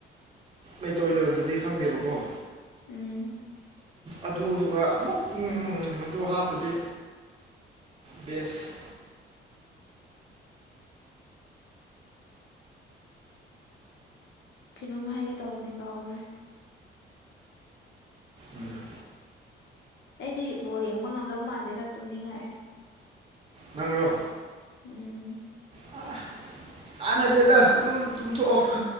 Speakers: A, on the right; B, on the left.
A: ꯃꯩꯇꯩ ꯂꯣꯟꯗꯗꯤ ꯈꯪꯗꯦꯕꯀꯣ
B: ꯎꯝ
A: ꯑꯗꯨꯒ ꯑꯃꯨꯛ ꯑꯗꯨ ꯍꯥꯞꯄꯗꯤ ꯦꯁ
B: ꯀꯩꯅꯣꯝ ꯍꯥꯏꯒꯦ ꯇꯧꯕꯅꯦ ꯀꯥꯎꯈ꯭ꯔꯦ
A: ꯎꯝ
B: ꯑꯩꯗꯤ ꯕꯣꯜ ꯌꯦꯡꯕ ꯉꯝꯗꯧ ꯃꯥꯟꯗꯦꯗ ꯇꯨꯝꯅꯤꯡꯉꯛꯑꯦ
A: ꯅꯪꯔꯣ
B: ꯎꯝ
A: ꯑ ꯀꯥꯟꯅꯗꯦꯗ ꯑꯗꯨꯝ ꯇꯨꯝꯊꯣꯛꯑꯣ